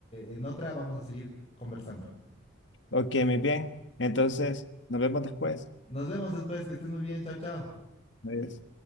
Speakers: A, on the left; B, on the left.
A: eh, en otra vamos a seguir conversando.
B: Ok, muy bien. Entonces, nos vemos después.
A: Nos vemos después, que estés muy bien. Chao, chao.
B: Adiós.